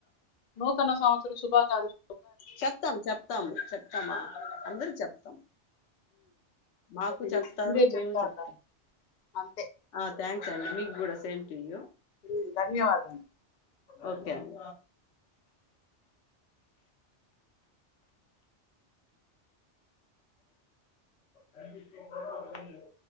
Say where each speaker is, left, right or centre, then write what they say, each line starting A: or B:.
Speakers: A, on the left (about 55°); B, on the left (about 80°).
A: నూతన సంవత్సర శుభాకాంక్ష
B: చెప్తాం చెప్తాం చెప్తామా అందరికి చెప్తాం మాకు
A: అయితే
B: చెప్తారు
A: నీకు ముందే
B: మేము
A: చెప్తా
B: చెప్తాం
A: ఉండాలి అంతే
B: ఆ థ్యాంక్స్ అండి మీకు కూడా సే సేమ్ టు యూ
A: ఉమ్ ధన్యవాదం
B: ఓకే అండి అ